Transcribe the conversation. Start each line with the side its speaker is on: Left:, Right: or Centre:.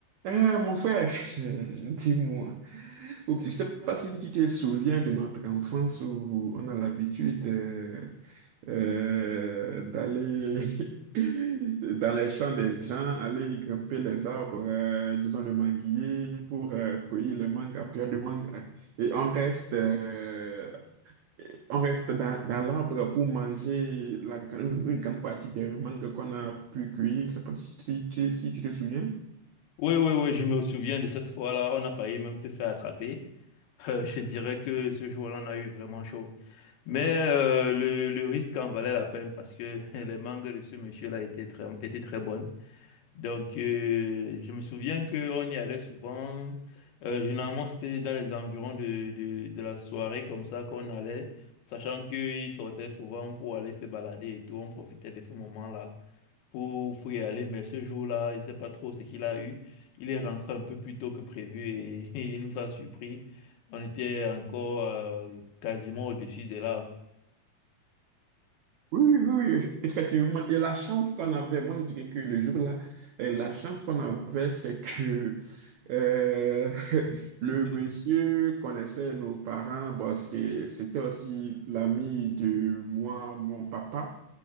Right: Eh, mon frère, <laughs> dis-moi, Oublie- je ne sais pas si tu te souviens de notre enfance où on a l'habitude euh, euh, d'aller <laughs> dans les champs des gens, aller grimper les arbres, euh, disons le manguier, pour euh, cueillir le manga, pire de manga. Et on reste, euh, on reste dans, dans l'arbre pour manger la, gra- une grande partie des mangas qu'on a pu cueillir. Je ne sais pas si, si, si tu te souviens.
Left: Oui, oui, oui, je me souviens de cette fois-là. On a failli même se faire attraper. Euh, <laughs> je dirais que ce jour-là, on a eu vraiment chaud. Mais euh, le, le risque en valait la peine parce que <laughs> les mangues de ce monsieur-là étaient très, étaient très bonnes. Donc, euh, je me souviens qu'on y allait souvent. Euh, généralement, c'était dans les environs de, de, de la soirée comme ça qu'on allait, sachant qu'il sortait souvent pour aller se balader et tout. On profitait de ce moment-là pour, pour y aller, mais ce jour-là, je ne sais pas trop ce qu'il a eu. Il est rentré un peu plus tôt que prévu et, <laughs> et il nous a surpris. On était encore euh, quasiment au-dessus des arbres.
Right: Oui, oui, oui, oui, effectivement. Et la chance qu'on avait, moi je dirais que le jour-là, euh, la chance qu'on avait, c'est que euh, <laughs> le
Left: <laughs>
Right: monsieur connaissait nos parents. Bon, c'est- c'était aussi l'ami de moi, mon papa.